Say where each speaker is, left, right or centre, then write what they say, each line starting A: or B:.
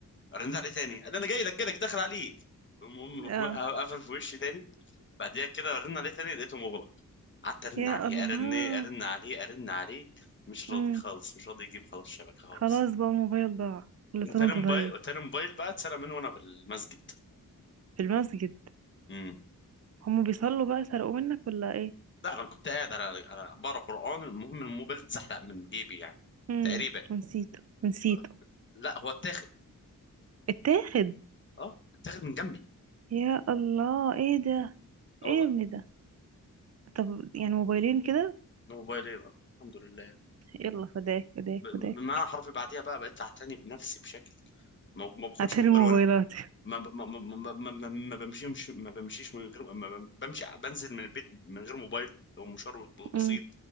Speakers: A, on the left; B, on the right.
A: رن عليه تاني قال لي انا جاي لك جاي لك داخل عليك المهم
B: اه
A: <laughs> قفل في وشي تاني بعديها كده رن عليه تاني لقيته مغلق قعدت ارن
B: يا
A: عليه
B: الله
A: ارن ارن عليه ارن عليه مش
B: امم
A: راضي خالص مش راضي يجيب خلاص الشبكه خالص
B: خلاص بقى الموبايل ضاع كل
A: وتاني
B: سنة وانت
A: موبايل
B: طيب
A: وتاني موبايل بقى اتسرق مني وانا في المسجد
B: في المسجد
A: امم
B: هم بيصلوا بقى سرقوه منك ولا ايه
A: لا انا كنت قاعد على على بقرا قران المهم الموبايل اتزحلق من جيبي يعني
B: امم
A: تقريبا
B: ونسيته ونسيته
A: آه، لا هو اتاخد
B: اتاخد
A: اه اتاخد من جنبي
B: يا الله ايه ده
A: اه والله
B: ايه يا ابني ده طب يعني موبايلين كده
A: موبايلين اه الحمد لله
B: يلا فداك فداك
A: ب-
B: فداك
A: بمعنى حرفي بعديها بقى بقيت اعتني بنفسي بشكل ما ما باخدش
B: هاتلي
A: موبايل
B: موبايلاتي
A: وانا ما ب- ما ما ما ما ما- ما بمشيش ما بمشيش من غير ما بم- بمشي بنزل من البيت من غير موبايل لو مشوار ب- بسيط
B: امم